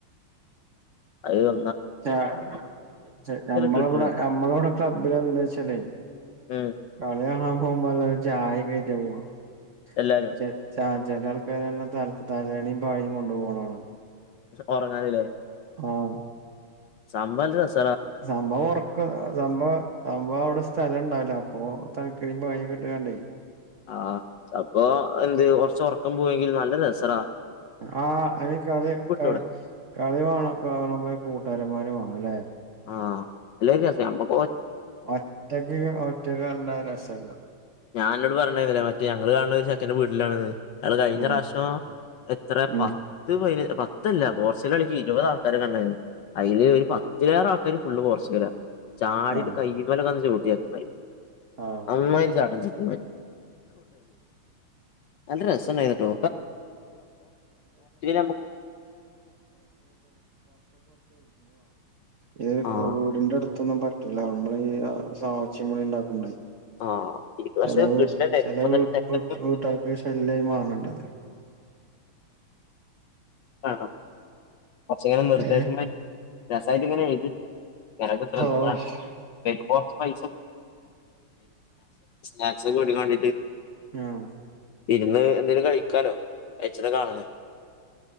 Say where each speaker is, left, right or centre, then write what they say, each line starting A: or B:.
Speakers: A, on the left; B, on the right.
A: അഹ്
B: ച്ച നമ്മളെ
A: കിട്ട്ണ്.
B: ഇബടെ നമ്മളെ ഇബടെ ക്ളബില്ല് എന്തോയ്ച്ചാല്ലേ
A: ഉം
B: കളി കാണാൻ പോവുമ്പോ എല്ലാരും ചായക്കെയ്റ്റാ പോവാ <unintelligible>
A: എല്ലാരും
B: ചെല ആൾക്കാരാണ് തല തലയണിം പായിം കൊണ്ട് പോണഹ്
A: ഒർങ്ങാന്ലെ
B: ആഹ്
A: സംഭവം നല്ലരസാ
B: സംഭവം ഒറക്ക സംഭവ സംഭവ അവിടെ സ്ഥലം ണ്ടാവ് ല അപ്പൊ തൺകനിം പായിം കെ ട്ടാണ്ടേ
A: ആഹ് അപ്പോ എന്ത് കൊർച് ഒർക്കം പോയെങ്കിൽ നല്ല രസറാ
B: ആഹ് അന് കളി കള
A: അവിടെ
B: കളി വാണ കാണണ കൂട്ടാരന്മാരു ആലേ
A: ആഹ് ല്ല ഒരു രസ യമ്മക്കൊ
B: ഒറ്റക്ക് ഒറ്റക്ക് കണ്ട രസല്ല
A: ഞാൻ അന്നോട് പറഞ് <unintelligible> മറ്റ് ഞങ്ങള് കാൺണെ ഒരു ചെക്കന്റെ വീട്ടിലാണ്ന്ന് അയാൾ കഴിഞ്ഞ
B: ഉം
A: റാശ്യം എത്ര
B: ഉം
A: പത്ത് പയ് പത്തല്ല പോർച്ചുഗൽ കളിക്ക് ഇരുപത് ആൾക്കാരന്നെ ണ്ടായിന്നു അയില് ഒരു പത്തിലേറെം ആൾക്കാര് ഫുള്ള് പോർച്ചുഗലാ. ചാടിട്ട്
B: ആഹ്
A: കയ്യ്മല കന്ന് ചൗട്ടി <unintelligible>
B: ആഹ്
A: അമ്മായിരി ചാട്ടൻ ച <unintelligible> എന്ത്ര് രസംണ്ടായിന്ന് ട്ടോ
B: <unintelligible> <unintelligible>
A: നമ്മക്ക്
B: ഇത്
A: ആഹ്
B: കൊ വീടിന്റെ അടു ത്തോന്നും പറ്റുല്ല അമ്മളീ സാ ച്ചിം വിളി ണ്ടാക്കുമ്പളേ
A: ആഹ് ഇത് പക്ഷെ
B: ചില
A: വീട്ടിലുണ്ടായിരുന്നു
B: ചിലവീട്ടർക്ക്
A: ഇപ്പൊ എന്നിട്ട് പെട്ടെന്ന്
B: ശല്യമായി മാറണ്ടത്
A: ആണ കുച്ചങ്ങനെ നിർദ്ദേശമായി
B: ഏഹ്
A: രസമായിട്ട ഇങ്ങനെ എഴുക്ക് ശ്രദ്ധിക്കെോ
B: ആഹ്
A: പൈസ സ്നാക്സ് ഒക്കെ എടാൻ വണ്ടിട്ട്
B: ആഹ
A: ഇരുന്ന് എന്തേിലും കഴിക്കാലോ കഴിച്ചിട്ട കാണുന്ന